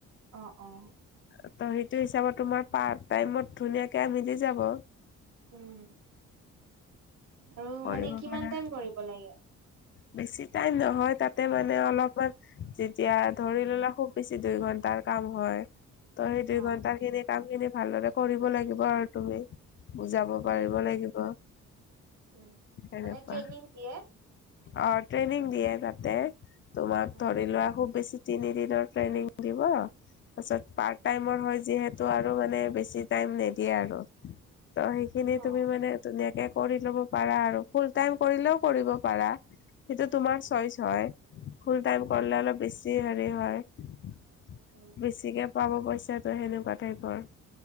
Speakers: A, on the right; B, on the left.
A: অ, অ।
B: ত, সেইটো হিচাপত তোমাৰ পাৰ টাইমত ধুনীয়াকে মিলি যাব।
A: উম আৰু
B: কৰিব
A: মানে কিমান
B: পাৰা।
A: টাইম কৰিব লাগে?
B: বেছি টাইম নহয় তাতে মানে অলপমান যেতিয়া ধৰি ললে খুব বেছি দুই ঘণ্টা। তাৰ কাম হয়। ত, সেই দুই
A: অ
B: ঘণ্টা খিনি কাম খিনি ভালদৰে কৰিব লাগিব আৰু তুমি। বুজাব
A: অ
B: পাৰিব লাগিব।
A: উম,
B: সেনেকুৱা।
A: মানে ট্ৰেইনিং দিয়ে।
B: অ, ট্ৰেইনিং দিয়ে তাতে তোমাক
A: অ
B: ধৰি লোৱা খুব বেছি তিনি দিনৰ ট্ৰেইনিং দিব। তাৰছত পাৰ্ট টাইমৰ হয় যিহেতু আৰু মানে বেছি টাইম নিদিয়ে আৰু। ত, সেইখিনি
A: অ
B: তুমি মানে ধুনীয়াকে কৰি ল'ব পাৰা আৰু ফুল টাইম কৰিলেও কৰিব পাৰা। সেইটো তোমাৰ
A: উম
B: চইচ হয়, ফুল টাইম
A: উম
B: কৰিলে
A: উম
B: অলপ বেছি হেৰি হয়।
A: উম
B: বেছিকে পাব পইচাটো সেনেকুৱা টাইপৰ।